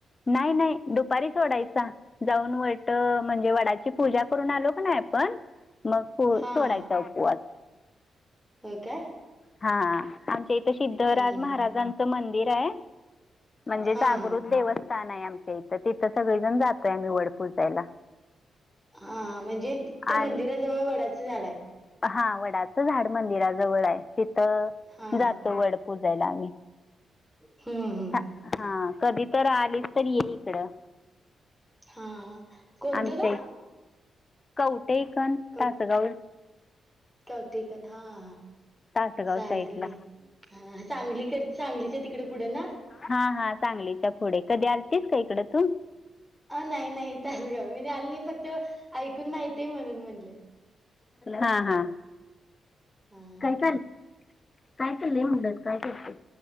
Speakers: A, on the left (about 40°); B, in the centre.
A: नाही नाही दुपारी सोडायचा, जाऊन वट म्हणजे वडाची पूजा करून, आलो क नाही आपण, मग पू
B: हा,
A: सोडायचा
B: हा
A: उपवास
B: हो काय,
A: हा
B: हम्म
A: आमच्या इथे सिद्ध राज महाराजांचं मंदिर आहे, म्हणजे जाग
B: हा हा
A: जागृत देवस्थान आहे, आमच्या इथं तिथं सगळे जण जातोय आम्ही वड पूजायला
B: हा म्हणजे त्या, मंदिराजवळ
A: आणि
B: वडाचं झाड आहे.
A: हा वडाचं झाड मंदिराजवळ आहे. तिथं
B: हा
A: जातो वड पूजयला आम्ही,
B: हम, हम,
A: छा हा कधी तर आली, तरी ये इकडं,
B: हा कोणतं
A: आमच्या
B: गाव
A: कवठे कण
B: कव
A: तासगाव,
B: <unintelligible> हा हा,
A: तासगाव
B: चालते
A: साईड ला,
B: घे हा सांगलीकड सांगलीच्या तिकडे पुढे ना?
A: हा हा सांगली च्यापुढे कधी अतीस? हीकडा तू?
B: अ नाही नाही तासगांव मीआली नाही, फक्त ऐकून माहितीय म्हणून म्हणलं.
A: हा हा,
B: हा.
A: कायचलय म्हण्टलं, काय करते,